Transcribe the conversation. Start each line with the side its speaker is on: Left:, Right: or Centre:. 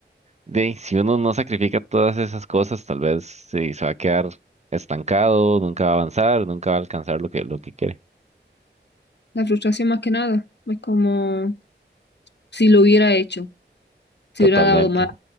Right: de, ahí, si uno no sacrifica todas esas cosas, tal vez sí, se va a quedar estancado, nunca va a avanzar, nunca va a alcanzar lo que, lo que quiere.
Left: la frustración más que nada. Es como si lo hubiera hecho, si
Right: Totalmente.
Left: hubiera dado más.